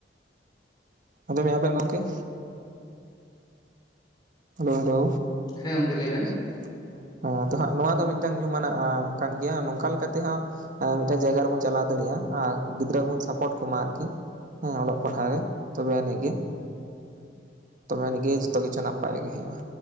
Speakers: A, on the right; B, on the left.
A: ᱟᱸᱡᱚᱢᱮᱜᱼᱟ ᱵᱮᱱ ᱜᱚᱝᱠᱮ ᱦᱮᱞᱳ ᱦᱮᱞᱳ
B: ᱦᱮᱸ ᱜᱚᱝᱼᱠᱮ ᱞᱟᱹᱭ ᱵᱮᱱ
A: ᱮᱸ ᱟᱫᱚ ᱱᱟᱦᱟᱸᱜ ᱱᱚᱣᱟ ᱫᱚ ᱢᱤᱫᱴᱟᱝ ᱧᱩᱢᱟᱱᱟᱜ ᱟᱸ ᱠᱟᱱ ᱜᱮᱭᱟ ᱱᱚᱝᱠᱟ ᱞᱮᱠᱟ ᱛᱮᱦᱚᱸᱼᱼ ᱢᱤᱫᱴᱮᱱ ᱡᱟᱭᱜᱟ ᱨᱮᱵᱚᱱ ᱪᱟᱞᱟᱣ ᱫᱟᱲᱮᱭᱟᱜᱼᱟ ᱟᱨ ᱜᱤᱫᱽᱨᱟᱹ ᱵᱚᱱ ᱥᱟᱯᱳᱨᱴ ᱠᱚᱢᱟ ᱟᱨᱠᱤ᱾ ᱦᱮᱸ ᱚᱞᱚᱜ ᱯᱟᱲᱦᱟᱜ ᱨᱮ ᱛᱚᱵᱮ ᱟᱹᱱᱤᱡ ᱜᱮ ᱛᱚᱵᱮ ᱟᱹᱱᱤᱡᱜᱮ ᱡᱚᱛᱚ ᱠᱤᱪᱷᱩ ᱱᱟᱯᱼᱼ ᱯᱟᱭ ᱜᱮ ᱦᱩᱭᱩᱜᱼᱟ᱾